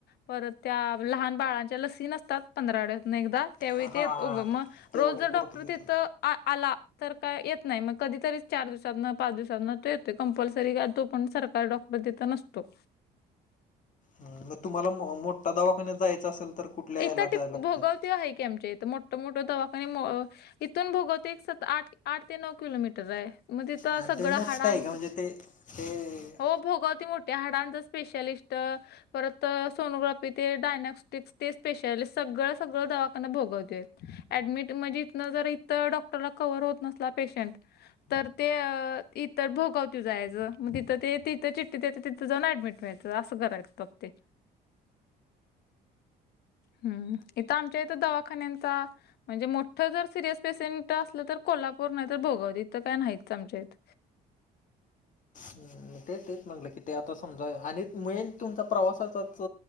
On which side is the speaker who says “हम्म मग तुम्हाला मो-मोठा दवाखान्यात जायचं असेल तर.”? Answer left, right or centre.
Left